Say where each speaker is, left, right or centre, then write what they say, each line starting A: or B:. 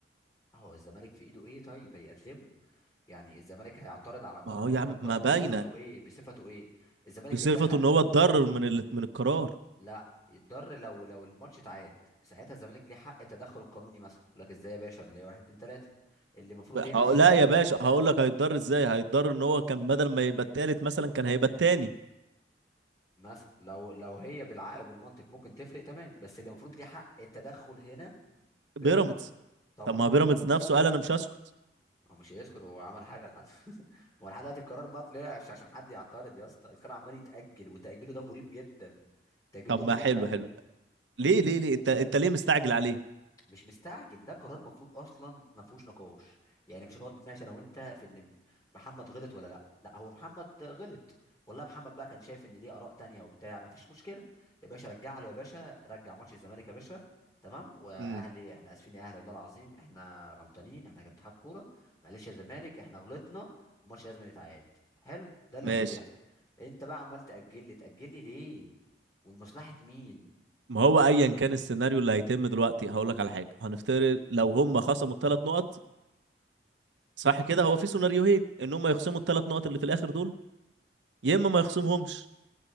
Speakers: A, on the left; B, on the right.
A: هو الزمالك في ايده ايه طيب هيقدمه يعني الزمالك هيعترض على قرار
B: ما هو
A: اتحاد
B: يا عم
A: الكوره
B: ما
A: بصفته
B: باينه
A: ايه بصفته ايه الزمالك
B: بصفته
A: يتدخل
B: ان هو اتضرر من ال... من القرار
A: لا يتضر لو لو الماتش اتعاد ساعتها الزمالك ليه حق التدخل القانوني مثلا يقول لك ازاي يا باشا انا ليا واحد اتنين تلاته اللي المفروض
B: هقول
A: هنا بصفته
B: لا يا باشا هقول لك هيتضرر ازاي هيتضرر ان هو كان بدل ما يبقى التالت مثلا كان هيبقى التاني
A: مثلا لو لو هي بالعقل وبالمنطق ممكن تفرق تمام بس اللي المفروض ليه حق التدخل هنا بيراميدز
B: بيراميدز
A: طبعا
B: طب ما بيراميدز نفسه قال انا مش هسكت
A: هو مش هيسكت هو عمل حاجه لحد <laughs> ما هو لحد دلوقتي القرار ما طلعش عشان حد يعترض يا اسطى القرار عمال يتاجل وتاجيله ده مريب جدا تاجيله
B: طب
A: ده مريب
B: ما حلو
A: قوي
B: حلو ليه ليه ليه انت انت ليه مستعجل عليه
A: مش مستعجل ده قرار مفروض اصلا ما فيهوش نقاش يعني مش هنقعد نتناقش انا وانت في ان محمد غلط ولا لا لا هو محمد غلط والله محمد بقى كان شايف ان ليه اراء تانية وبتاع ما فيش مشكله يا باشا رجع له يا باشا رجع ماتش الزمالك يا باشا تمام واهلي
B: امم
A: احنا اسفين يا اهلي والله العظيم احنا غلطانين احنا كاتحاد كوره معلش يا زمالك احنا غلطنا والماتش لازم يتعاد حلو ده اللي
B: ماشي
A: المفروض يحصل انت بقى عمال تاجل لي تاجل لي ليه والمصلحه مين
B: ما هو ايا كان السيناريو اللي هيتم دلوقتي هقول لك على حاجه هنفترض لو هم خصموا الثلاث نقط صح كده هو في سيناريوهين ان هم يخصموا الثلاث نقط اللي في الاخر دول يا اما ما يخصمهمش